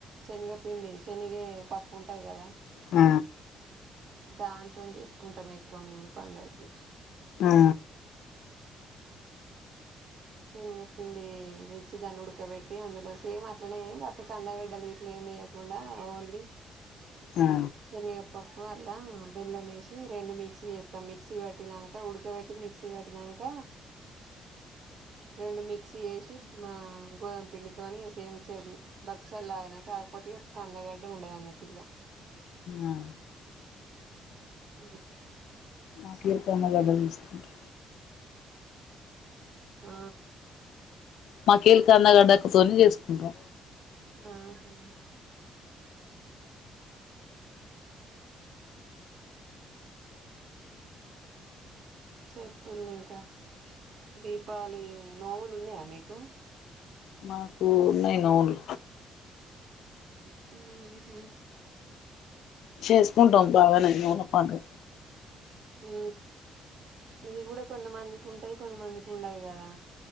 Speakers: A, on the right; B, on the left.
A: శనిగ పిండి శనిగ పప్పు ఉంటాయి కదా
B: ఆ
A: దాంతో చేసుకూ కుంటాం ఎక్కువ మేము ఈ పండుగకి
B: ఆ
A: శనిగ పిండి తెచ్చి దాన్ని ఉడకబెట్టి అందులో సేమ్ అట్లనే కాకపోతే కందగడ్డలే ఇట్లా ఏం వేయకుండా ఓన్లీ
B: ఆ
A: శనిగ పప్పు కుక్కర్లో బెల్లం వేసి రెండు మిక్సీ చేస్తాం మిక్సీ పట్టినాక ఉడకబెట్టి మిక్సీ పట్టినాక రెండు మిక్సీ చేసి మా గోధుమ పిండితోని సేమ్ చె భక్షాలాగానే కాకపోతే ఒక కందగడ్డ ఉండదు అన్నట్టు ఇలా
B: ఆ
A: అ
B: మాకు ఈ కంద గడ్డలు చూస్తుంటే
A: ఆ
B: మాకి కందగడ్డ తొని చేసుకుంటాం
A: ఆహా చెప్పాలి ఇంకా దీపావళి నోములు ఉన్నాయా మీకు
B: మాకు ఉన్నాయి నోములు
A: హ్మ్మ్
B: చేసుకుంటాం బాగానే నోముల పండుగ
A: ఉ ఇది కూడా కొంతమందికి ఉంటది కొంతమందికి ఉండదు కదా